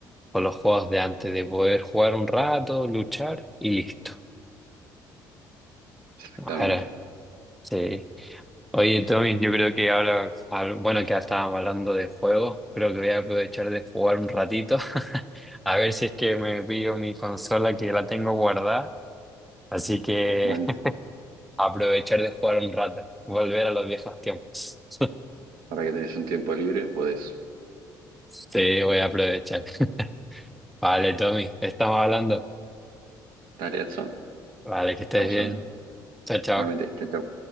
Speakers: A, in the centre; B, on the right.
A: con los juegos de antes, de poder jugar un rato, luchar y listo.
B: Exactamente.
A: Ahora, sí. Oye, Tommy, yo creo que ahora, ah, bueno, que ya estábamos hablando de juegos, creo que voy a aprovechar de jugar un ratito, <laughs> a ver si es que me pillo mi consola que la tengo guardada, así que
B: Bueno,
A: <laughs> aprovechar de jugar un rato, volver a los viejos tiempos. <laughs>
B: para que tenés un tiempo libre, podés.
A: Sí, voy a aprovechar. <laughs> Vale, Tommy, estamos hablando.
B: Tarea son.
A: Vale, que estés
B: Estamos
A: bien.
B: hablando.
A: Chao, chao.
B: Realmente, chao. chao.